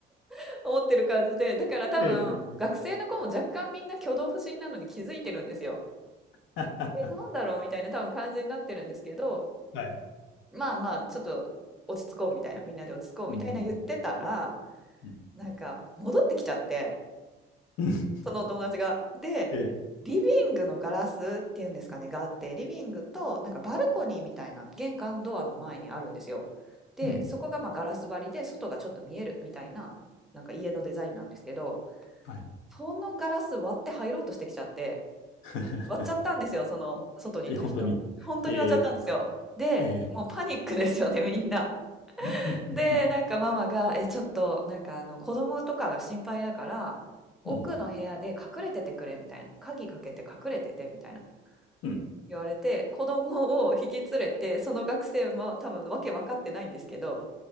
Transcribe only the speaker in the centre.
<laughs> 思ってる感じで、だから多分学生の子も若干みんな挙動不審なのに気づいてるんですよ。
で、なんだろうみたいな多分感じになってるんですけど、
まあまあ、ちょっと落ち着こうみたいな、みんなで落ち着こうみたいな言ってたら、
なんか戻ってきちゃって、
そのお友達が。で、
リビングのガラスっていうんですかね、があって、リビングとなんかバルコニーみたいな玄関ドアの前にあるんですよ。で、
そこがまあガラス張りで、外がちょっと見えるみたいな、なんか家のデザインなんですけど、
そのガラス割って入ろうとしてきちゃって、
割っちゃったんですよ、その外にいた人。
本当に割っちゃったんですよ。
で、
もうパニックですよね、みんな。
で、なんかママが、え、ちょっと、なんかあの、子供とかが心配だから、奥の部屋で隠れててくれ、
みたいな。鍵かけて隠れてて、みたいな。
言われて、子供を引き連れて、その学生も多分わけ分かってないんですけど、